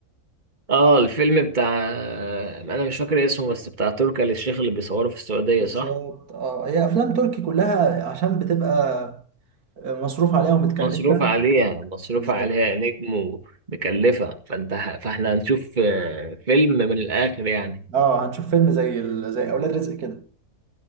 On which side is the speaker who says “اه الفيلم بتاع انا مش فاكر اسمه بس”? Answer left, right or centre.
Right